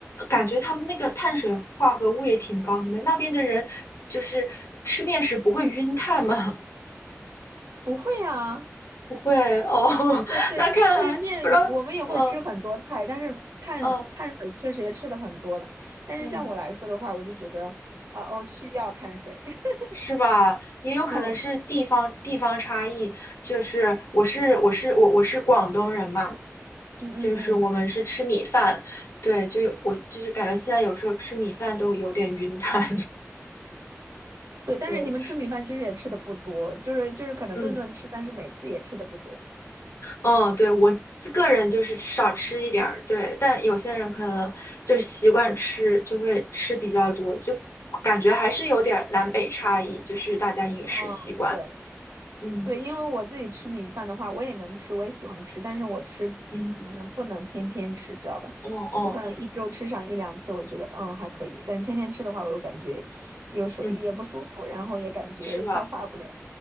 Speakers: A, on the left; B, on the right.
A: 感觉他们那个碳水化合物也挺高，你们那边的人就是吃面食不会晕碳吗？
B: <laughs> 不会啊。
A: <laughs> 不会，哦，
B: 嗯，
A: <laughs>
B: 对，
A: 那看来不知道，
B: 但是面也我们也会吃很多菜，
A: 嗯
B: 但是碳碳水确实也吃的很多了。
A: 嗯
B: 但是像我来说的话，
A: 嗯，
B: 我就觉得，呃哦，需要碳水。<laughs>
A: 是吧？也有可能是地方地方差异，
B: 嗯
A: 就是我是我是我我是广东人嘛。
B: 嗯嗯嗯，
A: 就是我们是吃米饭，对，就有我就是感觉现在有时候吃米饭都有点晕淡，<laughs>
B: 对。但是你们吃米饭其实也吃的不多，
A: 对，
B: 就是就是可能顿顿吃，
A: 嗯
B: 但是每次也吃的不多。
A: 嗯，对我个人就是少吃一点儿，对，但有些人可能就习惯吃，就会吃比较多，就感觉还是有点儿南北差异，就是大家饮食习惯，
B: 嗯，对。
A: 嗯
B: 对，因为我自己吃米饭的话，我也能吃，我也喜欢吃，但是我吃，
A: 嗯，
B: 嗯，不能天天吃，知道吧？
A: 哦哦，
B: 我可能一周吃上一两次，我觉得嗯还可以，但是天天吃的话，我又感觉有时候也不舒服，
A: 嗯，
B: 然后也感觉消化不了。
A: 是吧？